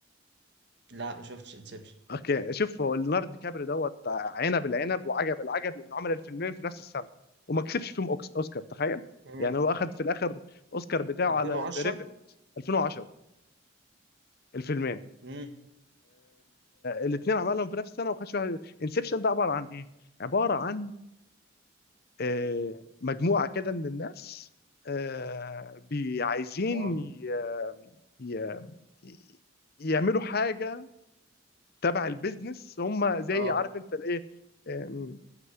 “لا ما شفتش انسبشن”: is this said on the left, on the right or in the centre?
Right